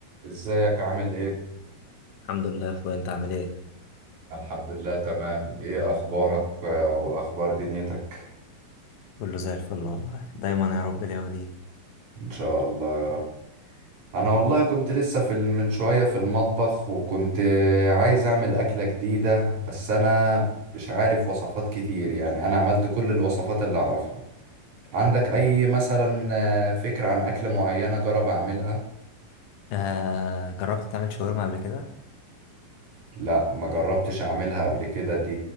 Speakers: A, on the right (about 55°); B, on the left (about 75°).
A: ازيك عامل ايه؟
B: الحمد لله يا اخويا انت عامل ايه
A: الحمد لله تمام ايه اخبارك آه، واخبار دنيتك
B: كله زي الفل والله دايما يا رب ليا وليك
A: ان شاء الله يا رب انا والله
B: يا رب
A: كنت لسه في ال- من شوية في المطبخ وكنت عايز اعمل اكلة جديدة بس انا مش عارف وصفات كتير يعني انا عملت كل الوصفات اللي اعرفها عندك اي مثلا آه، فكرة عن اكلة معينة جرب اعملها؟
B: آه جربت تعمل شاورما قبل كده
A: لا ما جربتش اعملها قبل كده دي